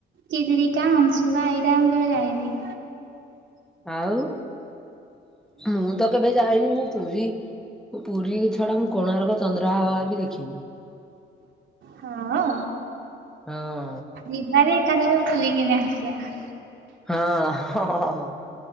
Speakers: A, on the right (about 70°); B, in the centre.
A: ଚିଲିଡ଼ିକା ଆଂଶୁବା ଏଇଟା ଆଉ କେବେ ମୁଁ ଯାଇନି।
B: ଆଉ ମୁଁ ତ କେବେ ଯାଇନି ମୁଁ ପୁରୀ ପୁରୀ ଛଡ଼ା ମୁଁ କୋଣାର୍କ ଚନ୍ଦ୍ରାଭାଗା ବି ଦେଖିନି।
A: ହଁ ଅ
B: ହଁ।
A: ଯିବାଯେ ଏକାଥରେ ବୁଲିିକିନି ଆସିବା।
B: ହଁ ହ ହହହ